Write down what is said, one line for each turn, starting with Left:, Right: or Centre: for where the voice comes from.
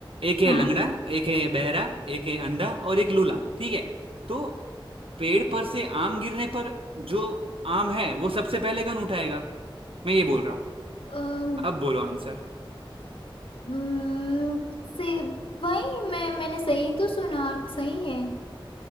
Right: एक है
Left: हाँ
Right: लंगड़ा एक है बहरा एक है अंधा और एक लूला ठीक है तो पेड़ पर से आम गिरने पर जो आम है वो सबसे पहले कौन उठाएगा मैं ये बोल रहा हूँ
Left: हाँ
Right: अब बोलो आंसर
Left: हम्म, से वही मैं मैंने सही तो सुना सही है